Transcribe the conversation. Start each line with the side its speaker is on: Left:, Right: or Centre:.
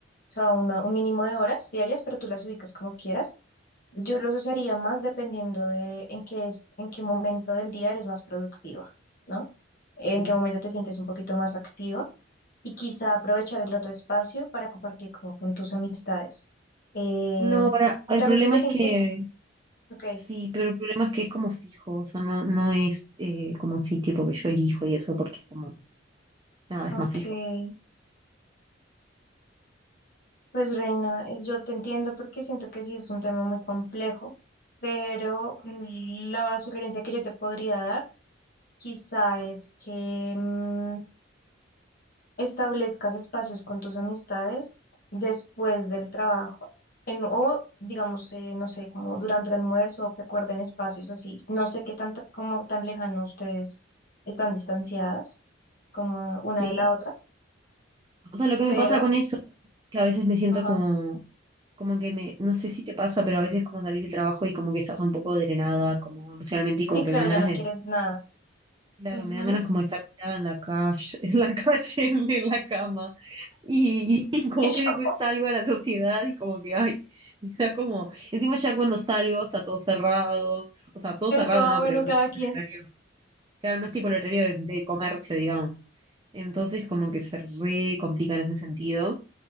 Left: sea, una- un mínimo de horas diarias, pero tú las ubicas como quieras. Yo los usaría más dependiendo de en qué es, en qué momento del día eres más productiva, ¿no? En
Right: Pero,
Left: qué momento te sientes un poquito más activa y quizá aprovechar el otro espacio para compartir como con tus amistades. Eh,
Right: no, para,
Left: y
Right: el
Left: también
Right: problema
Left: creo que es
Right: es
Left: importante
Right: que,
Left: Ok,
Right: sí, pero el problema es que es como fijo, o sea, no, no es eh, como así, tipo que yo elijo y eso, porque es como, nada, es
Left: ok.
Right: más fijo.
Left: Pues Reina, es- yo te entiendo porque siento que sí es un tema muy complejo, pero mm, la sugerencia que yo te podría dar quizá es que mm, establezcas espacios con tus amistades después del trabajo en- o digamos, eh, no sé, como durante el almuerzo que acuerden espacios así. No sé qué tan, como tan lejano ustedes están distanciadas como una
Right: Sí,
Left: de la otra,
Right: o sea, lo que
Left: pero,
Right: me pasa con eso que a veces me siento
Left: ajá.
Right: como, como que me, no sé si te pasa, pero a veces como salís del trabajo y como que estás un poco drenada, como emocionalmente,
Left: Sí,
Right: y como que
Left: claro,
Right: me dan
Left: ya
Right: ganas
Left: no
Right: de
Left: quieres nada.
Right: Claro,
Left: Ujú.
Right: me dan ganas como
Left: <laughs>
Right: de estar tirada en la calle, <laughs> en la calle, en, en la cama. Y, y como
Left: Y
Right: que
Left: yo,
Right: después salgo a la sociedad y como que, ay, <laughs> me da como, encima ya cuando salgo está todo cerrado, o sea, todo
Left: yo
Right: cerrado
Left: toda,
Right: no,
Left: bueno,
Right: pero no
Left: cada
Right: es como
Left: quien.
Right: el horario, claro, no es tipo el horario de, de comercio, digamos. Entonces como que se re complica en ese sentido.